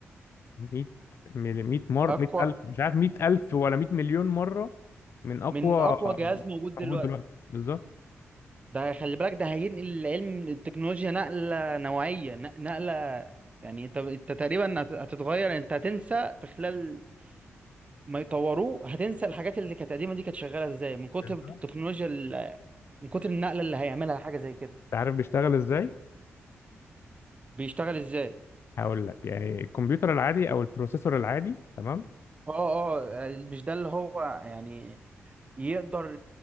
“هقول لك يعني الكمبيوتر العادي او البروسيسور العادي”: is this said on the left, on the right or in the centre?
Left